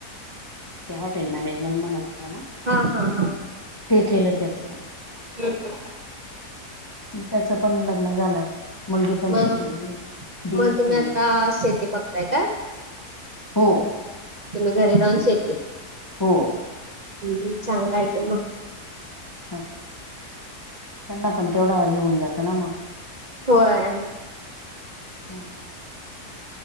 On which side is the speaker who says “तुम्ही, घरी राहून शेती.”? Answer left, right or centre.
Right